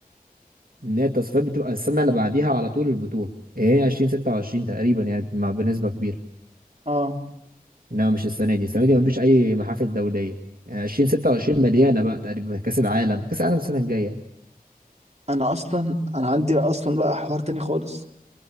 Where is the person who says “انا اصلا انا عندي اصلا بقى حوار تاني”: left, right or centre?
Right